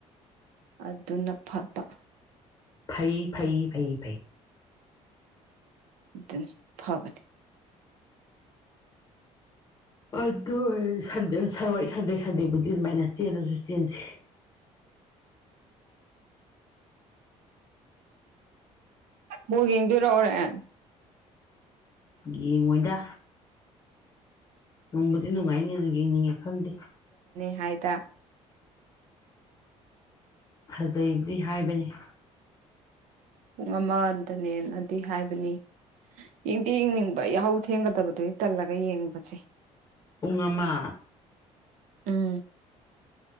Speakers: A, on the right; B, on the left.
A: ꯑꯗꯨꯗꯨꯅ ꯄꯥꯄ
B: ꯐꯩ ꯐꯩ ꯐꯩ ꯐꯩ
A: ꯑꯗꯨꯅꯤ ꯐꯕꯅꯤ
B: ꯑꯗꯨ ꯁꯟꯗꯦ ꯁꯟꯗꯦꯕꯨꯗꯤ ꯑꯗꯨꯃꯥꯏꯅ ꯆꯦꯜꯂꯁꯨ ꯆꯦꯟꯁꯤ
A: ꯍꯣꯏ ꯒꯡ ꯇꯔꯧꯔꯦꯟ
B: ꯌꯦꯡꯉꯣꯏꯗ ꯅꯪꯕꯨꯗꯤ ꯅꯨꯡꯉꯥꯏꯅꯤ ꯑꯗꯨ ꯌꯦꯡꯅꯤꯡꯉꯦ ꯈꯪꯗꯦ
A: ꯐꯥꯏꯗ
B: ꯐꯖꯩꯕꯗꯤ ꯍꯥꯏꯕꯅꯤ
A: ꯄꯨꯡ ꯑꯃꯗꯅꯦꯅꯗꯤ ꯍꯥꯏꯕꯅꯤ ꯌꯦꯡꯗꯤ ꯌꯦꯡꯅꯤꯡꯕ ꯌꯥꯍꯧ ꯊꯦꯡꯒꯗꯕꯗꯨꯗꯤ ꯇꯜꯂꯒ ꯌꯦꯡꯕꯁꯦ
B: ꯄꯨꯡ ꯑꯃ
A: ꯎꯝ